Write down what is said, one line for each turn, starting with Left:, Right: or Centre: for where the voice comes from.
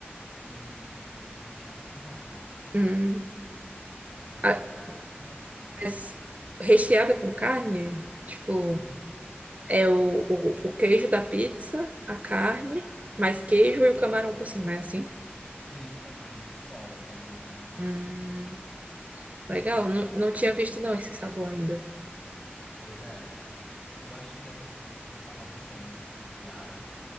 Centre: e recheada com carne.
Right: Hum,
Centre: Ela é,
Right: a-
Centre: ela é bem famosa aqui onde
Right: mas
Centre: eu moro.
Right: recheada com carne, tipo,
Centre: Sim,
Right: é o, o, o queijo da pizza, a carne, mais queijo e o camarão por cima, é assim?
Centre: isso é carne de sol que eles usam por
Right: Hum,
Centre: cima.
Right: legal,
Centre: E aí,
Right: não, não tinha visto não esse sabor ainda.
Centre: pois é, eu acho que deve ser um sabor recente que criaram